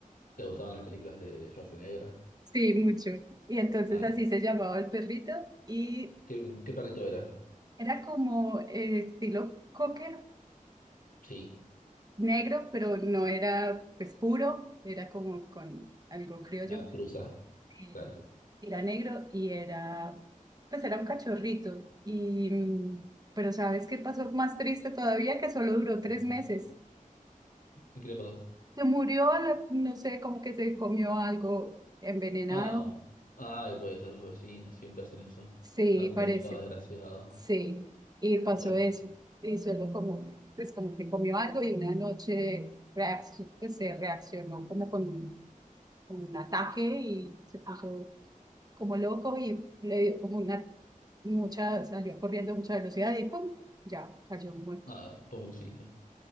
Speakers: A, on the left (about 80°); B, on the right (about 25°).
A: te gustaban las películas de Schwarzenegger?
B: sí, mucho. Y entonces
A: Ay,
B: así se llamaba el perrito y
A: ¿qué, qué perrito era?
B: era como eh, estilo cocker,
A: Sí,
B: negro, pero no era pues puro, era como con algo criollo.
A: una cruza.
B: eh,
A: Claro.
B: era negro y era, pues era un cachorrito. Y, mm, pero ¿sabes qué pasó más triste todavía? Que solo duró tres
A: Mm.
B: meses.
A: ¿Y qué le pasó?
B: Se murió, a la- no sé, como que se comió algo envenenado.
A: Ah, ay, puede ser los vecinos, siempre hacen eso.
B: Sí,
A: Algún
B: parece.
A: vecino desgraciado.
B: Sí, y pasó
A: Ay, qué-
B: eso.
A: feo.
B: Y solo como, pues como que comió algo y una noche reacc- pues, se reaccionó como con, con un ataque y se puso como loco y le dio como una mucha, salió corriendo a mucha velocidad y ¡pum! ya cayó muerto.
A: ay, pobrecito.